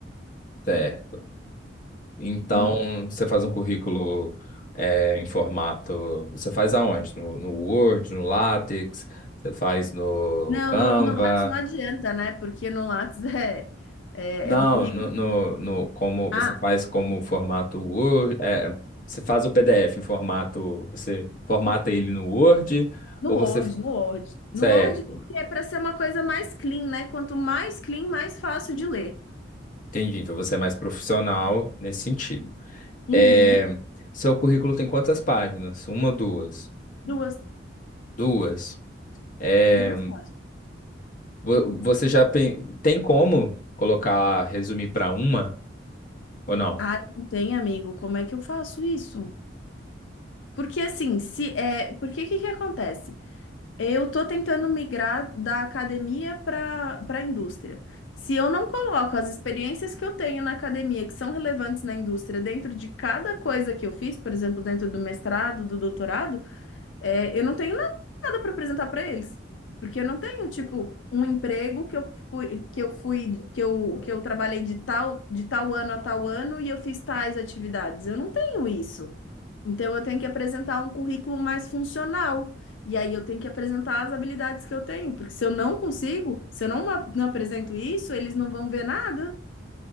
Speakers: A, on the left; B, on the left.
A: Certo. Então,
B: E-
A: você faz um currículo é, em formato. Você faz aonde? No, no Word, no LaTeX? Você faz no
B: não,
A: Canva?
B: no, no Lattes não adianta, né? Porque no Lattes <laughs> é, é,
A: Não,
B: é um currículo.
A: no, no, no- como você
B: Ah,
A: faz como formato Word, é, você faz o PDF em formato, você formata ele no Word,
B: No
A: ou você,
B: Word, no Word.
A: certo,
B: No Word, porque é para ser uma coisa mais clean, né? Quanto mais clean, mais fácil de ler.
A: entendi, então você é mais profissional nesse sentido.
B: Uhum.
A: É, seu currículo tem quantas páginas? Uma, duas?
B: Duas,
A: Duas. É,
B: duas páginas.
A: vo- você já pen- tem como colocar, resumir para uma ou não?
B: Ai, não tem, amigo. Como é que eu faço isso? Porque assim, se é, porque que que acontece? Eu tô tentando migrar da academia para para a indústria. Se eu não coloco as experiências que eu tenho na academia, que são relevantes na indústria, dentro de cada coisa que eu fiz, por exemplo, dentro do mestrado, do doutorado, É, eu não tenho nada para apresentar para eles, porque eu não tenho, tipo, um emprego que eu fui, que eu fui, que eu, que eu trabalhei de tal, de tal ano a tal ano e eu fiz tais atividades. Eu não tenho isso. Então eu tenho que apresentar um currículo mais funcional. E aí eu tenho que apresentar as habilidades que eu tenho, porque se eu não consigo, se eu não, a- não apresento isso, eles não vão ver nada.